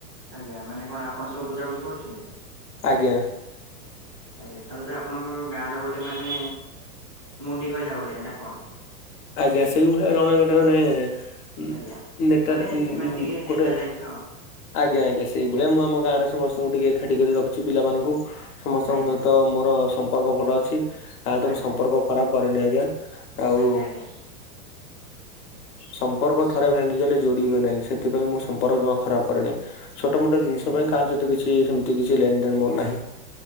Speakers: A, on the right; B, on the left.
A: ଆଜ୍ଞା ମାନେ କଣ ଆପଣ ସବୁ ବୁଝାବୁଝି କରୁଛନ୍ତି।
B: ଆଜ୍ଞା।
A: ଆଜ୍ଞା ତାହେଲେ ତ ଆପଣଙ୍କ ଗାଁ ର ଗୋଟେ ମାନେ ମୁଣ୍ଡି କହିଲା ଭଳିଆ ନାଁ କଣ?
B: ଆଜ୍ଞା ସେଇ ଭଳିଆ ଜଣେ ଗୋଟେ ମାନେ <unintelligible>
A: ଆଜ୍ଞା ମାନେ ମାନେ ଟିକେ ନେତା
B: ଗୋଟେ
A: ଟାଇପର।
B: ଆଜ୍ଞା, ଆଜ୍ଞା। ସେଇଭଳିଆ ମୁଁ ଆମ ଗାଁରେ ସମସ୍ତଙ୍କୁ ଟିକେ ଏକାଠି କରି ରଖିଛି ପିଲାମାନଙ୍କୁ। ସମସ୍ତଙ୍କ
A: ଆଜ୍ଞା
B: ସହିତ ମୋର ସମ୍ପର୍କ ଭଲ ଅଛି। ଆ ତ
A: ଆଜ୍ଞା
B: ମୁ ସମ୍ପର୍କ ଖରାପ କରିରେନି ଆଜ୍ଞା, ଆଉ
A: ଆଜ୍ଞା ଆଜ୍ଞା ଆଜ୍ଞା
B: ସମ୍ପର୍କ ଥରେ ଭାଙ୍ଗିଗଲେ ଯୋଡି ହୁଏ ନାହିଁ। ସେଥିପାଇଁ ମୁଁ ସମ୍ପର୍କ ଜମା ଖରାପ କରେନାଇଁ। ଛୋଟ ମୋଟ ଜିନିଷ
A: ଆଜ୍ଞା
B: ପାଇଁ କାହା ସହିତ କିଛି ସେମିତି କିଛି ଲେନ ଦେନ ମୋ ନାହିଁ।